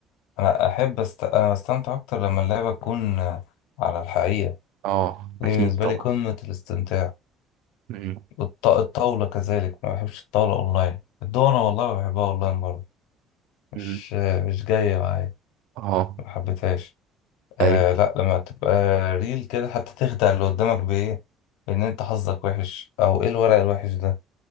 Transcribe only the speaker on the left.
انا احب است... انا بستمتع اكتر لما اللعبة تكون آه، على الحقيقة
دي
بالنسبة
لي قمة الاستمتاع
والط... الطاولة كذلك ما بحبش الطاولة اونلاين الدومنة والله بحبها اونلاين برضه مش
مش جاية معايا
ما حبيتهاش آه
لا لما تبقى ريل كده حتى تخدع اللي قدامك بإيه إن أنت حظك وحش أو إيه الورق الوحش ده